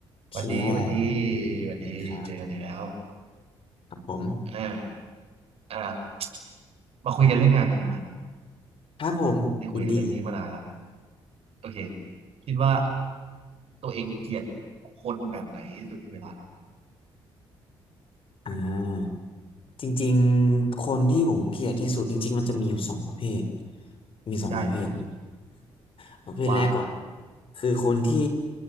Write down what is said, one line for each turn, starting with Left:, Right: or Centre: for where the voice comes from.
Left: โอเค
Right: หวัดดีหวัดดีหวัดดีเจอกันอีกแล้ว
Left: ดีครับครับผม
Right: อ่าอ่ามาคุยกันเรื่องงานกันดีไหม
Left: ครับผมยินดี
Right: ไม่ได้คุยกันเรื่องนี้มานานละโอเคคิดว่าตัวเองเกลียดคนแบบไหนที่สุดเวลาทำงาน
Left: อ่าจริงๆคนที่ผมเกลียดที่สุดจริงๆมันจะมีอยู่สองประเภทมีสองประเภท
Right: ได้เลย
Left: <laughs> ประเภทแรกก่อน
Right: ว่า
Left: คือคนที่